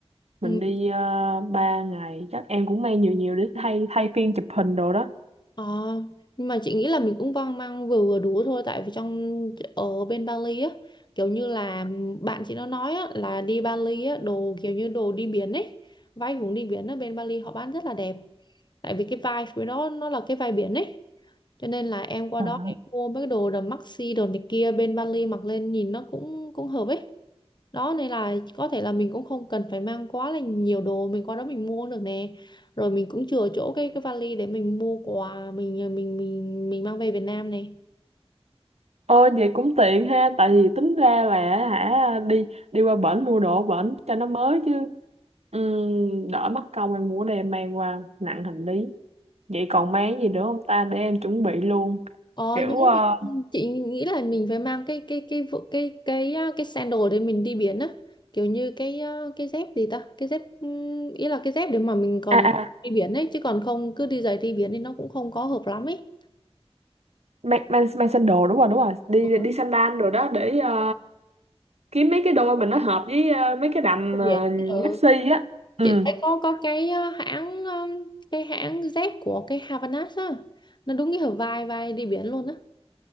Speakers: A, on the right; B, on the left.
A: mình
B: Ừ,
A: đi uh, 3 ngày chắc em cũng mang nhiều nhiều để thay thay phiên chụp hình đồ đó
B: Ờ, nhưng mà chị nghĩ là mình cũng vang mang vừa vừa đủ thôi tại vì trong ở bên Bali á kiểu như là bạn chị nó nói á là đi Bali á đồ kiểu như đồ đi biển ấy vai cũng đi biển ở bên Bali họ bán rất là đẹp tại vì cái vai với nó nó là cái vai biển ấy cho nên là em qua
A: À,
B: đó em mua mấy cái đồ đầm maxi đồ này kia bên Bali mặc lên nhìn nó cũng cũng hợp ấy đó nên là có thể là mình cũng không cần phải mang quá là nhiều đồ mình qua đó mình mua cũng được nè rồi mình cũng chừa chỗ cái cái vali để mình mua quà mình mình mình mình mang về Việt Nam này
A: Ôi vậy cũng tiện ha tại vì tính ra là hả đi đi qua bển mua đồ ở bển cho nó mới chứ Ừm, đỡ mất công em mua đem mang qua nặng hành lý vậy còn mang gì nữa không ta để em chuẩn bị luôn
B: ờ
A: kiểu
B: nhớ mà
A: ờ,
B: chị nghĩ là mình phải mang cái cái cái vụ- cái cái cái, cái sandal để mình đi biển á kiểu như cái ờ, cái dép gì ta cái dép ừm, ý là cái dép để mà mình còn
A: à à
B: đi biển ấy chứ còn không cứ đi giày đi biển thì nó cũng không có hợp lắm ấy
A: mang mang mang sandal đúng rồi đúng rồi đi
B: Ừ.
A: đi sandal rồi đó để ờ, kiếm mấy cái đôi mình nó hợp với ờ, mấy cái đầm
B: Đi
A: ờ,
B: biển. Ừ.
A: maxi á ừ
B: chị thấy có có cái ờ, hãng ờ, cái hãng Z của cái Havanas á nó đúng nghĩa là vai vai đi biển luôn á